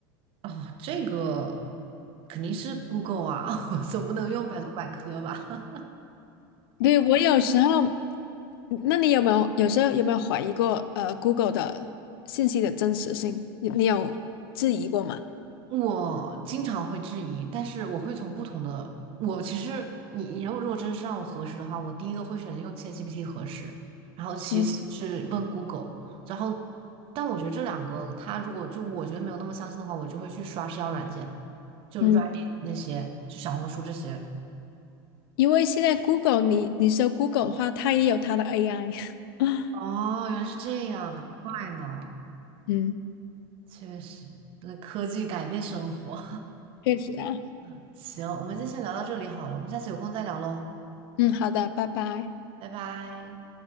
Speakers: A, on the right; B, on the left.
A: 哦，这个肯定是 Google 啊，<laughs> 我总不能用百度百科吧？
B: 对，我有时候，那你有没有有时候有没有怀疑过呃 Google 的信息的真实性？你你有质疑过吗？
A: 我经常会质疑，但是我会从不同的，我其实你你如果如果真是让我核实的话，我第一个会选择用 ChatGPT 核实，然后其次是问
B: 嗯
A: Google，然后但我觉得这两个，它如果就我觉得没有那么相信的话，我就会去刷社交软件，就
B: 嗯，
A: Reddit 那些，就小红书这些。
B: 因为现在 Google 你你搜 Google 的话，它也有它的 AI。<laughs>
A: 哦，原来是这样，难怪呢，
B: 嗯，
A: 确实，那科技改变生活。
B: 确实啊。
A: <laughs> 行，我们就先聊到这里好了，我们下次有空再聊喽，
B: 嗯，好的，拜拜。
A: 拜拜。